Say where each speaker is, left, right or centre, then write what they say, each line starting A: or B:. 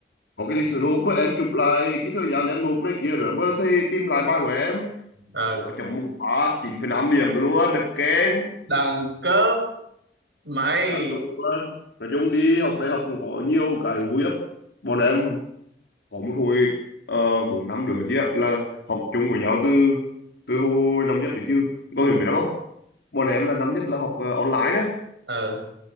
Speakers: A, on the left (about 80°); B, on the right (about 85°).
A: có cái lịch sử nộp bữa em chụp lại cái thời gian em nộp này kia rồi bữa thầy tìm lại bài của em
B: ờ
A: ủa chấm một phát chín phẩy năm điểm luôn đẹp keng
B: đẳng cấp mày
A: đáng công luôn nói chung đi học đại học cũng có nhiều cái vui lắm bọn em có một hồi ờ, bốn năm đứa chị ạ là học chung với nhau từ từ hồi năm nhất tới chứ có hiểu biết lắm không bọn em là năm nhất là học ờ, online đó
B: ờ